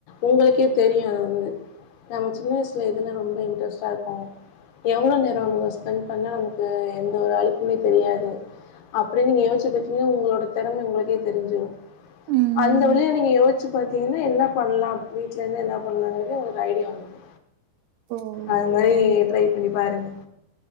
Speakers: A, on the left (about 75°); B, on the right (about 80°).
A: உங்களுக்கே தெரியு அது வந்து நம்ம சின்ன வயசுல எதுல ரொம்ப இன்ட்ரெஸ்ட்டா இருக்கோ எவ்ளோ நேரோ நம்ம ஸ்பெண்ட் பண்ணா நமக்கு எந்த ஒரு அழுப்புமே தெரியாது அப்டின்னு நீங்க யோசிச்சு பாத்தீங்கன்னா உங்களோட தெறம உங்களுக்கே தெரிஞ்சிரு
B: ம்.
A: அந்த வழியில நீங்க யோசிச் ச்சு பாத்தீங்கன்னா என்ன பண்லா வீட்லேருந்தே என்ன பண்லாங்கதே உங்களுக்கு ஐடியா வந்துரு
B: ஓ!
A: அது மாரி
B: தேங்க்
A: ட்ரை பண்ணி பாருங்க